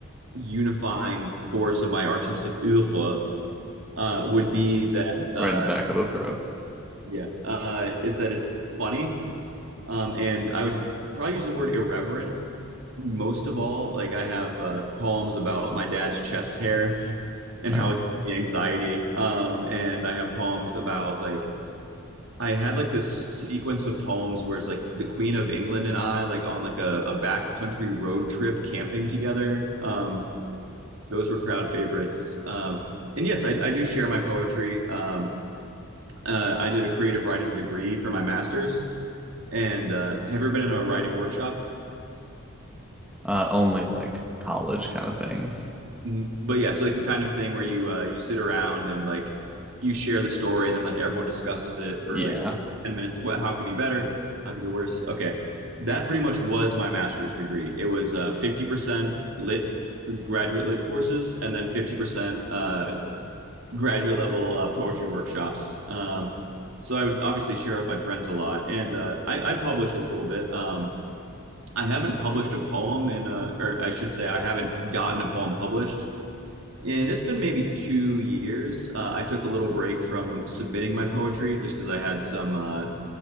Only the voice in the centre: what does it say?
Right in the back of the throat.
Nice.
Uh, only like college kind of things.
Yeah.